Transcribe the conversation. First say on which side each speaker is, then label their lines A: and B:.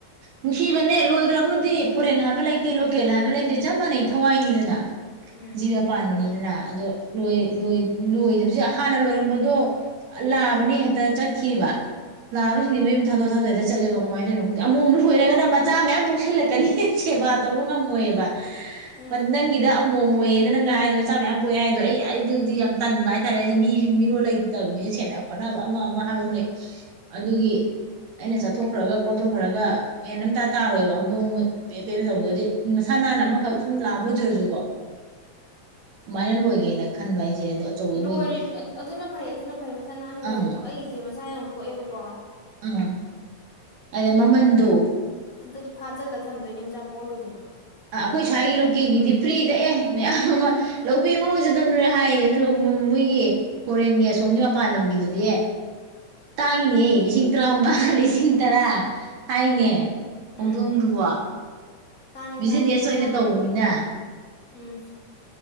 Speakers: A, on the right; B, on the left.
A: ꯅꯨꯡꯁꯤꯕꯅꯦ ꯂꯣꯏꯈ꯭ꯔꯕꯨꯗꯤ
B: ꯎꯝ
A: ꯐꯣꯔꯦꯟ ꯍꯥꯏꯕ ꯂꯩꯇꯦ ꯦ ꯂꯣꯀꯦꯜ ꯍꯥꯏꯕ ꯂꯩꯇꯦ ꯆꯞ ꯃꯥꯟꯅꯩ ꯊꯋꯥꯏꯅꯤꯗꯅ
B: ꯎꯝ
A: ꯖꯤꯕꯥ ꯄꯥꯟ ꯃꯅꯤꯗ ꯅ ꯑꯗꯣ ꯂꯣꯏ ꯍꯧꯖꯤꯛ ꯍꯥꯟꯅ ꯂꯣꯏꯔꯝꯕꯗꯣ ꯂꯥꯕꯅꯤ ꯍꯦꯛꯇ ꯆꯠꯈꯤꯕ
B: ꯎꯝ
A: ꯃꯤꯃꯤꯝ ꯊꯥꯗꯣ ꯊꯥꯗꯣꯦ ꯆꯦꯕ ꯀꯃꯥꯏꯗ ꯅꯅꯍꯣꯏ ꯑꯃꯣꯝ ꯂꯣꯏꯔꯒꯅ ꯃꯆꯥ ꯃꯌꯥꯝ ꯄꯣꯛꯁꯜꯂꯛꯀꯅꯤ ꯁꯦꯕꯥ ꯇꯧꯕ ꯉꯝꯃꯣꯏꯑꯕ
B: ꯎꯝ
A: ꯅꯪꯒꯤꯗ ꯑꯃꯣꯝ ꯑꯣꯏꯌꯦꯅ ꯅꯪꯅ ꯍꯥꯏꯗꯣ ꯃꯆꯥ ꯃꯌꯥꯝ ꯄꯣꯛꯑꯦ ꯍꯥꯏꯗꯣ ꯑꯩꯗꯨꯗꯤ ꯌꯥꯝ ꯇꯟꯕ ꯍꯥꯏꯇꯥꯔꯦ ꯍꯥꯏꯗꯤ ꯃꯤꯁꯨ ꯃꯤꯔꯣꯜ ꯂꯩꯇꯇꯕꯅꯤꯅ ꯁꯦꯟꯅ ꯈꯣꯠꯅꯕ ꯑꯃ ꯑꯃ ꯍꯥꯏꯕ ꯑꯃ ꯂꯩ ꯑꯗꯨꯒꯤ ꯑꯩꯅ ꯆꯠꯊꯣꯛꯈ꯭ꯔꯒ ꯈꯣ ꯈꯔꯒ ꯃꯦꯟ ꯑꯝꯇ ꯇꯥꯔꯣꯏꯑꯕ ꯍꯧꯗꯣꯡ ꯄꯦꯞ ꯄꯦꯞꯄꯦ ꯇꯧꯕꯗꯣ ꯑꯗꯨꯗꯤ ꯃꯁꯥ ꯅꯥꯟꯅ ꯑꯃꯈꯛ ꯁꯨꯝ ꯂꯥꯄ ꯑꯣꯏꯖꯔꯁꯨꯀꯣ ꯑꯗꯨꯃꯥꯏꯅ ꯂꯣꯏꯒꯦꯅ ꯈꯟꯕ ꯑꯩꯁꯦ ꯑꯗꯣ ꯑꯆꯧꯕ
B: ꯂꯣꯏꯔꯤ
A: ꯃꯣꯏꯗꯤ
B: ꯑꯗꯨꯅ ꯐꯩ ꯑꯗꯨꯅ ꯐꯩ ꯃꯁꯥ ꯅꯍꯥꯟ
A: ꯑꯥ
B: ꯂꯣꯏꯕꯗꯣ ꯑꯩꯒꯤꯁꯦ ꯃꯆꯥ ꯌꯥꯝ ꯀꯣꯛꯑꯦꯕꯀꯣ
A: ꯎꯝ ꯑꯗ ꯃꯃꯟꯗꯣ
B: ꯍꯟꯇꯁꯨ ꯐꯥꯖꯤꯜꯂ ꯊꯝꯗꯣꯏꯅꯦ ꯃꯆꯥ ꯄꯣꯠꯂꯣꯏꯗꯣꯏꯅꯤ
A: ꯑ ꯑꯩꯈꯣꯏ ꯁ꯭ꯋꯥꯏꯒꯤ ꯂꯣꯀꯦꯜꯒꯤꯗꯤ ꯐ꯭ꯔꯤꯗ ꯑꯦ ꯃꯌꯥꯝ ꯑꯃ ꯂꯧꯕꯤꯌꯨꯖꯗꯅꯅꯦ ꯍꯥꯏꯅꯦ ꯑꯗꯨ ꯃꯣꯏꯒꯤ ꯐꯣꯔꯦꯟꯒꯤ ꯑꯁꯣꯝꯒꯤ ꯃꯄꯥꯟ ꯂꯝꯒꯤꯗꯨꯗꯤ ꯇꯥꯡꯉꯤꯅꯦ ꯂꯤꯁꯤꯡ ꯇꯔꯥꯃꯉꯥ ꯂꯤꯁꯤꯡ ꯇꯔꯥ ꯍꯥꯏꯅꯦ
B: ꯎꯝ
A: ꯍꯧꯣꯡꯗꯣꯡꯗꯨꯕꯣ
B: ꯎꯝ ꯇꯥꯡꯉꯦ
A: ꯕꯤꯖꯤꯅꯦꯁ
B: ꯇꯥꯡꯉꯦ
A: ꯑꯣꯏꯅ
B: ꯇꯔꯥꯃꯔꯤ
A: ꯇꯧꯕꯅꯤꯅ
B: ꯎꯝ